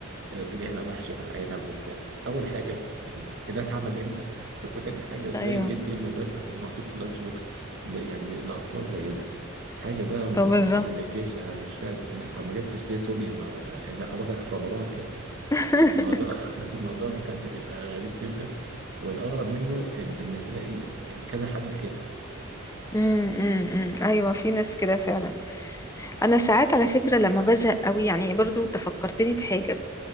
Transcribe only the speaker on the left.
ايوه
اه بالظبط
<laughs>
امم أمم، أمم. ايوه في ناس كده فعلا انا ساعات على فكره لما بزهق قوي يعني برضو تفكرتني بحاجه